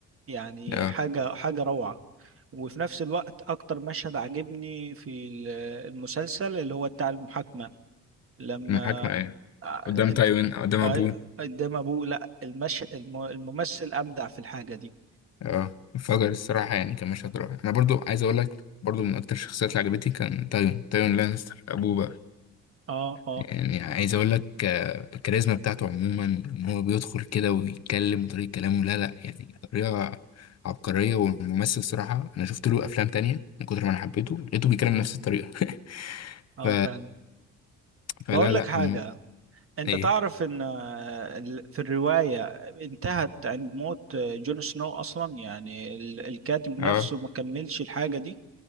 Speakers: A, on the right; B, on the left.
A: يعني
B: آه.
A: حاجة حاجة روعة وفي نفس الوقت أكتر مشهد عجبني في ال- المسلسل اللي هو بتاع المحاكمة لما
B: المحاكمة ايه
A: آه،
B: قدام
A: انت
B: تايوين قدام ابوه
A: آه، قدام أبوه لا المش... الم- الممثل أبدع في الحاجة دي
B: اه انفجر الصراحة يعني كان مشهد رائع انا برضو عايز اقول لك برضو من اكتر الشخصيات اللي عجبتني كان تايوين تايوين لانستر ابوه بقى
A: اه اه
B: يعني عايز اقول لك آه، الكاريزما بتاعته عموما ان هو بيدخل كده ويتكلم وطريقة كلامه لا لا يعني طريقة عبقرية والممثل صراحة انا شفت له افلام تانية من كتر ما انا حبيته لقيته بيتكلم نفس الطريقة <laughs>
A: اه
B: ف...
A: فعلا
B: فلا
A: بقول لك
B: لا
A: حاجة
B: الم...
A: انت
B: ايه
A: تعرف ان آه، ال- في الرواية انتهت عند موت آه، جون سنو اصلا يعني ال- الكاتب نفسه
B: اه
A: ما كملش الحاجة دي